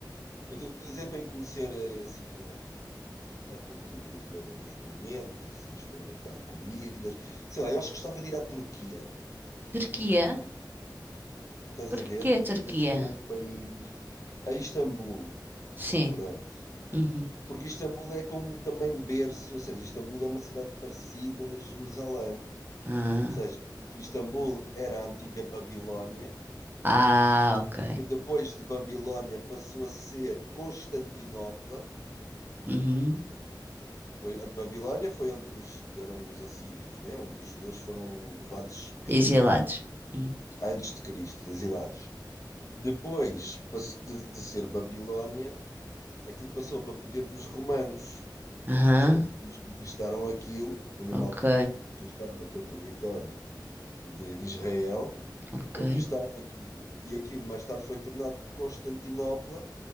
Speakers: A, on the left (about 45°); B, on the right (about 25°).
A: Eu estou a dizer para ir conhecer eh, assim, a, a cultura e ver os monumentos e experimentar comidas. Sei lá, eu acho que gostava de ir à Turquia,
B: Turquia?
A: estás
B: Por
A: a ver?
B: que Turquia?
A: Ir assim a um país, a Istambul,
B: Sim.
A: pronto.
B: Uhum.
A: Porque Istambul é como também berço, ou seja, Istambul é uma cidade parecida a Jerusalém.
B: Ah.
A: seja, Istambul era a antiga Babilónia,
B: Ah, ok.
A: que depois de Babilónia passou a ser Constantinopla.
B: Uhum.
A: Depois, a Babilónia foi onde os, eram os assírios, né? onde os judeus foram levados cativeiro,
B: E gelados. Hum.
A: antes de Cristo, exilados. Depois de, de ser Babilónia, aquilo passou para poder dos romanos.
B: Aham,
A: Né? Os romanos conquistaram aquilo, na mesma
B: Ok,
A: altura em que conquistaram aquele território de, de Israel,
B: ok.
A: Conquistaram aquilo. E aquilo mais tarde foi tornado Constantinopla,